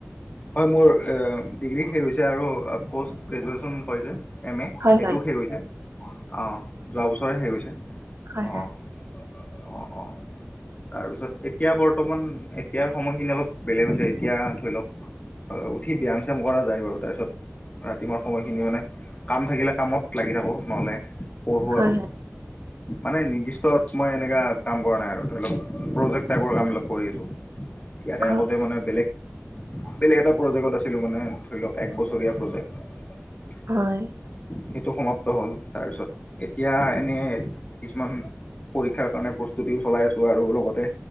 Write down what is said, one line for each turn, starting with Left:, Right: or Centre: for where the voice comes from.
Left: হয়, মোৰ ডিগ্ৰী শেষ হৈছে আৰু প'ষ্ট গ্ৰেজুৱেশ্যন কৰিছে। এম এ
Right: হয় হয়
Left: এইটো শেষ গৈছে, অ' যোৱা বছৰে শে গৈছে
Right: হয়
Left: অ'।
Right: হয়
Left: অঁ অঁ। তাৰপিছত এতিয়া বৰ্তমান এতিয়াৰ সময়খিনি অলপ বেলেগ হৈছে এতিয়া ধৰি লওক। অ' উঠি ব্যায়াম চ্যাম কৰা যায় বাৰু তাৰপিছত। ৰাতিপুৱাৰ সময়খিনি মানে কাম থাকিলে কামত লাগি থাকো নহলে পঢ়ো
Right: হয়
Left: আৰু।
Right: হয়
Left: মানে নিৰ্দিষ্ট মই এনেকুৱা কাম কৰা নাই আৰু ধৰি লওক প্ৰজেক্ট টাইপৰ কাম বিলাক কৰি আছো। ইয়াৰে
Right: অ
Left: আগতে মানে বেলেগ। বেলেগ এটা প্ৰজেক্টত আছিলো মানে ধৰি লওক এক বছৰীয়া প্ৰজেক্ট
Right: হয়
Left: সেটো সমাপ্ত হ'ল তাৰপিছত এতিয়া এনে কিছুমান পৰীক্ষাৰ কাৰণে প্ৰস্তুতিও চলাই আছো আৰু লগতে